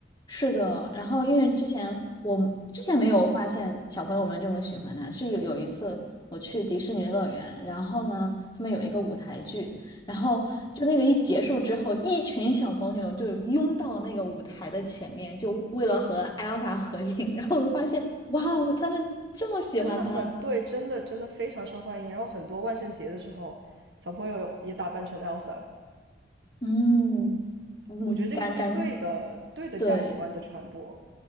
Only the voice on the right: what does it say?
真的很对，真的真的非常受欢迎。然后很多万圣节的时候，小朋友也打扮成 Elsa。
我觉得这个就是对的，
对的价值观的传播。